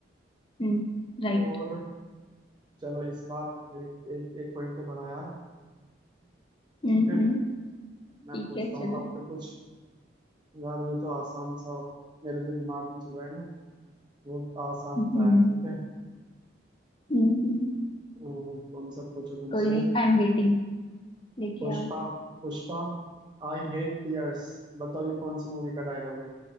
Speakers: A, on the left; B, on the right.
A: हम्म राइट
B: और चलो इस बार एक एक एक पॉइंट तो बढ़ा यार
A: हम्म
B: ठीक है
A: हम्म ठीक
B: मैं पूछता
A: है
B: हूँ
A: चलो
B: आपके कुछ यार ये तो आसान सा मेरे जो दिमाग में चल रहा है ना वो आसान
A: हम्म
B: था है। ठीक है
A: हम्म हम्म,
B: अम, तुम सब पूछो तुमसे
A: कोई नहीं I am waiting लेके
B: Pushpa
A: आओ
B: Pushpa I hate tears बताओ ये कौन सी मूवी का डायलॉग है